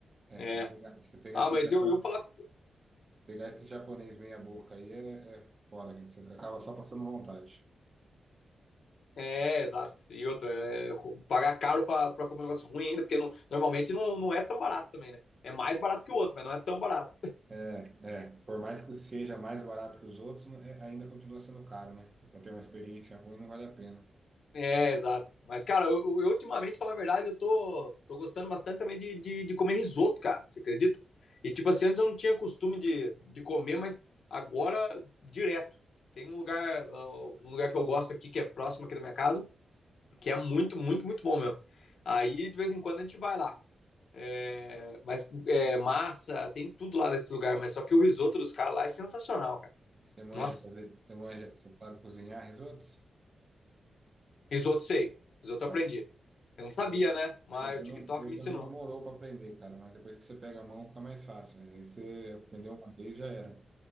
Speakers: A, on the right; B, on the left.
A: É,
B: É.
A: se pegar, se pegar
B: Ah,
A: esses
B: mas
A: japo-
B: eu, eu falar.
A: pegar esse japonês meia boca aí é, é foda, gente. Você acaba só passando vontade.
B: É, exato. E outra, é, pagar caro pra, pra comer um negócio ruim ainda, porque não- normalmente não, não é tão barato também, né? É mais barato que o outro, mas não é tão barato.
A: É, é. Por mais que seja mais barato que os outros, não- é- ainda continua sendo caro, né? E para ter uma experiência ruim não vale a pena.
B: É, exato. Mas, cara, eu, eu ultimamente, falar a verdade, eu tô, tô gostando bastante também de, de, de comer risoto, cara. Você acredita? E, tipo assim, antes eu não tinha costume de, de comer, mas agora, direto. Tem um lugar, uh, um lugar que eu gosto aqui, que é próximo aqui da minha casa, que é muito, muito, muito bom mesmo. Aí, de vez em quando, a gente vai lá. É, mas é, massa, tem tudo lá nesse lugar, mas só que o risoto dos caras lá é sensacional, cara.
A: E você manja
B: Nossa,
A: fazer, você manja, você sabe cozinhar risoto?
B: risoto sei. Risoto eu
A: Ah,
B: aprendi. Eu não sabia,
A: risoto.
B: né? Mas
A: Eu também,
B: o TikTok
A: eu
B: me
A: também
B: ensinou.
A: demorou para aprender, cara, mas depois que você pega a mão fica mais fácil. né? Aí você aprendeu uma vez já era.